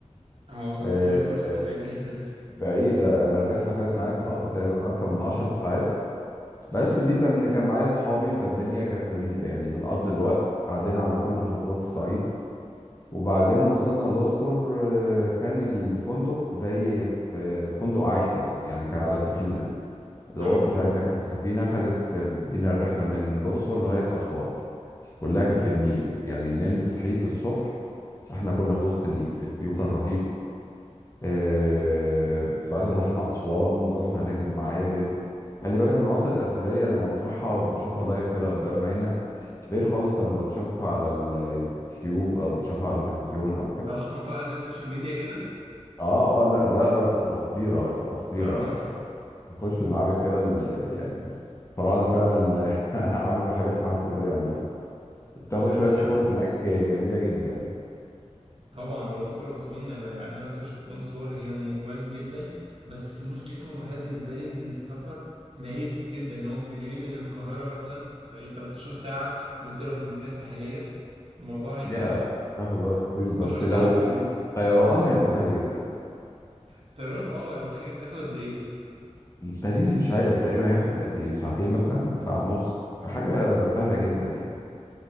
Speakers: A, on the right; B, on the left.
A: اه بس
B: آه،
A: الأقصر وأسوان بعيد جدا
B: بعيدة أنا الرحلة خدت معايا في القطر تقريبا أكتر من عشر ساعات بس الميزة إن كان معايا أصحابي فالدنيا كانت لذيذة يعني بنقضي الوقت عدينا على كل محافظات الصعيد وبعدين وصلنا الأقصر آه، كان الفندق زي في فندق عائم يعني كان على سفينة الأوض
A: اه
B: بتاعتنا كانت في السفينة خدت بينا الرحلة من الأقصر لغاية أسوان كلها كانت في النيل يعني نمت صحيت الصبح احنا كنا في وسط النيل الفيو كان رهيب آه، بعدين رحنا أسوان ورحنا هناك المعابد خلي بالك المناطق الأثرية لما بتروحها وبتشوفها لايف كده قدام عينك غير خالص لما بتشوفها على اليوتيوب أو بتشوفها على التلفزيون أو كده
A: ضخمة بقى زي السوشيال ميديا كده
B: اه اه لا لا لا بتبقى خطيرة بتبقى خطيرة
A: اه
B: بنخش المعابد كده ال- يعني الفراعنة فعلا <laughs> عملوا حاجات ما حد يقدر يعملها بتاخد
A: <laughs> فإن
B: شوية صور هناك جميلة جدا
A: طبعا هو الأقصر وأسوان يعني أنا نفسي بشوف لهم صور هي هم جمال جدا بس مشكلتهم الوحيدة بالنسبة لي إن السفر بعيد جدا يعني هو بيتهيألي من القاهرة مثلا ست- يعني 13 ساعة وأنت لو في مدينة ساحلية الموضوع هيبقى
B: ليها
A: يعني
B: تاخد وقت طويل
A: 16
B: بس
A: ساعة
B: لو
A: كمان يمكن
B: في طيران هيبقى سهل جدا
A: الطيران أه هيبقى سهل جدا ياخد قد إيه؟
B: تقريبا مش عارف تقريبا هياخد قد ايه ساعتين مثلا ساعة ونص حاجة سهلة جدا يعني